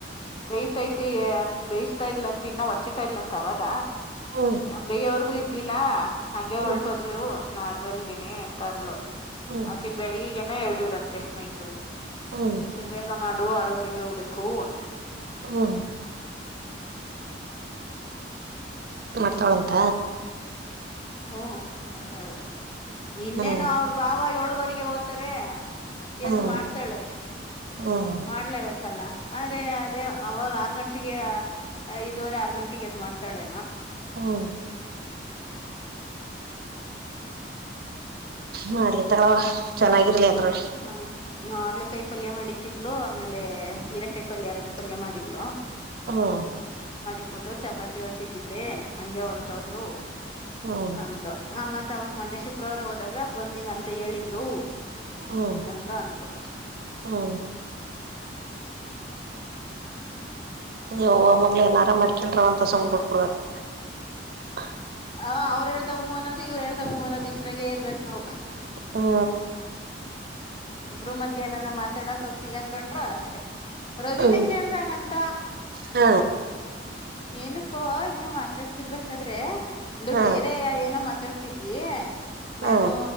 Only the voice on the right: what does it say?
ಹ್ಮ್
ಹ್ಮ್
ಹ್ಮ್
ಹ್ಮ್
ಹ್ಮ ಮಾಡ್ತಾಳಂತ
ಹ್ಮ್
ಹ್ಮ್
ಹ್ಮ್
ಹ್ಮ ಮಾಡ್ಲಿ ತಗಳವ ಚೆನ್ನಾಗಿರ್ಲಿ. ಅಂದ್ರ
ಹಾ
ಹ್ಮ್
ಹ್ಮ್
ಹ್ಮ್ ಯವ್ವ ನೀವ್ ಏನಾರಾ ಮಾಡ್ಕಲ್ರವ್ವ ಅಂತ ಸುಮ್ ಬಿಡ್ ಕೊಡ್ಬೇಕು <unintelligible>
ಹಾ
ಹ್ಮ್
ಹಾ
ಹಾ
ಹಾ